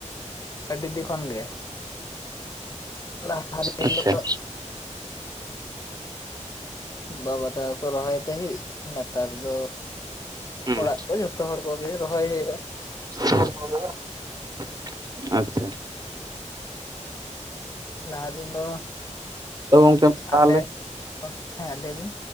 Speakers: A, on the left; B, on the right.
A: ᱟᱹᱰᱤ ᱫᱤᱱ ᱠᱷᱚᱱ ᱜᱮ ᱞᱟᱦᱟ ᱫᱤᱱ
B: ᱟᱪᱪᱷᱟ
A: ᱫᱚ ᱵᱟᱵᱟ ᱛᱟᱠᱚ ᱠᱚ ᱨᱚᱦᱚᱭ ᱛᱟᱦᱮᱸᱜ ᱱᱮᱛᱟᱨ ᱫᱚ
B: ᱦᱩᱸ
A: ᱚᱲᱟᱜ ᱠᱚ ᱡᱷᱚᱛᱚ ᱦᱚᱲ ᱠᱚᱜᱮ ᱨᱚᱦᱚᱭ ᱦᱩᱭᱩᱜ
B: <unintelligible> ᱟᱪᱷᱟ
A: ᱞᱟᱦᱟ ᱫᱤᱱ ᱫᱚ,
B: ᱛᱚ ᱜᱚᱝᱠᱮ ᱛᱟᱦᱚᱞᱮ
A: ᱟᱯᱮ ᱦᱮᱸ ᱞᱟᱭᱵᱮᱱ,